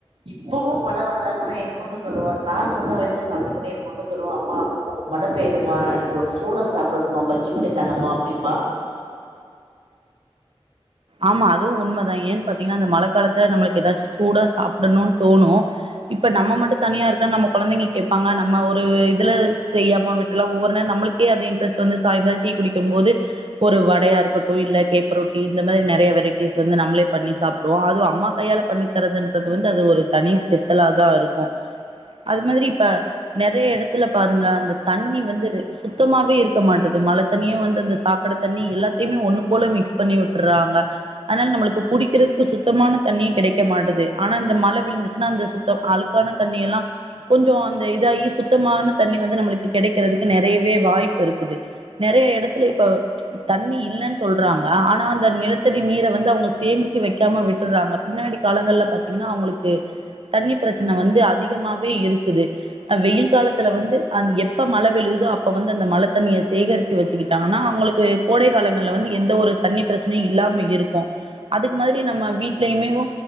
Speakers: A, on the right; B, on the right.
A: இப்பவு மழ வந்தா கூட ஏ பொண்ணு சொல்லுவா நா சொன்ன வயசு, சாப்ட பின் என் பொண்ணு சொல்லுவா அம்மா மழ பெய்துமா எனக்கு ஒரு சூடா சாப்டணுமா பஜ்ஜி பண்ணி தாங்கமா எப்டிப்பா
B: ஆமா அதுவு உண்மதா ஏன்னு பாத்தீங்கன்னா அந்த மழை காலத்துல நம்மளுக்கு ஏதாச்சு சூடா சாப்டணுனு தோணு இப்ப நம்ம மட்டு தனியா இருந்தா நம்ம கொழந்தைங்க கேப்பாங்க நம்ம ஒரு இதுல செய்யாம விடலா ஒவ்வொரு நேரோ நம்மளுக்கு இன்ட்ரெஸ்ட் வந்து சாய்ங்காலோ டீ குடிக்கு போது ஒரு வடையா இருக்கட்டு இல்ல கேப்பரோட்டீ இந்த மாரி நறயா வெரைட்டீஸ் வந்து நம்மளே பண்ணி சாப்டுவோ அதுவு அம்மா கையால பண்ணி தரதுன்றது வந்து அது ஒரு தனி ஸ்பெசல். நல்லாதா இருக்கு அது மாரி இப்ப நறயா இடத்து த்துல பாருங்க அந்த தண்ணி வந்து சுத்தமாவே இருக்க மாட்டிது மழ தண்ணியே வந்து அந்த சாக்கடை தண்ணி எல்லாத்தயுமே ஒன்னு போல மிக்ஸ் பண்ணி வி றாங்க அனால நம்மளுக்கு குடிக்கறக்கு சுத்தமான தண்ணியு கெடைக்க மாட்டுது ஆனா இந்த மழை விழுந்துச்சுன்னா அந்த சுத்த ஆளுக்கான தண்ணிய எல்லா கொஞ்சோ அந்த இதாகி சுத்தமான தண்ணி வந்து நம்மளுக்கு கெடைக்கறதுக்கு நிறையவே வாய்ப்பு இருக்குது நறைய இடத்துல இப்ப, தண்ணி இல்லன்னு சொல்றாங்க ஆனா அ நிலத்தடி நீர வந்து அவுங்க சேமிச்சு வைக்காம விட்டறாங்க பின்னாடி காலங்கல்ல பாத்தீங்கன்னா அவங்களுக்கு தண்ணி பிரச்சன வந்து அதிகமாவே இருக்குது வெயில் காலத்துல வந்து அ எப்ப மழ விழுகுதோ அப்ப வந்து அந்த மழ தண்ணிய சேகரிச்சு வச்சு கிட்டாங்கன்னா அவுங்களுக்கு கோடை காலங்கள்ல வந்து எந்த ஒரு தண்ணி பிரச்சனை இல்லாம இருக்கு அதுக்கு மாரி நம்ம வீட்லயுமேவு